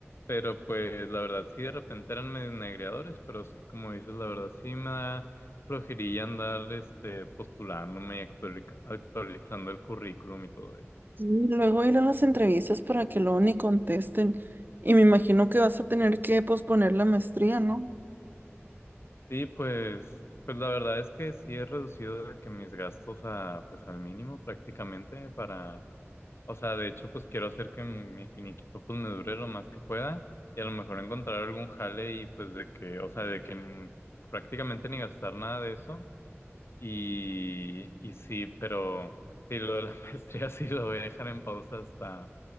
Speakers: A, on the left (about 60°); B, on the right (about 45°).
A: Pero pues la verdad sí, de repente eran medio negreadores, pero sí, como dices, la verdad sí me da. Flojería andar este, postulándome y actualica- actualizando el currículum y todo eso.
B: Y luego ir a las entrevistas para que luego ni contesten. Y me imagino que vas a tener que posponer la maestría, ¿no?
A: Sí, pues, pues la verdad es que sí he reducido de que mis gastos a, pues, al mínimo prácticamente para, o sea, de hecho, pues quiero hacer que mi finiquito pues me dure lo más que pueda y a lo mejor encontrar algún jale y pues de que, o sea, de que n- prácticamente ni gastar nada de eso Y, y sí, pero sí, lo de la <laughs> maestría sí lo voy a dejar en pausa hasta,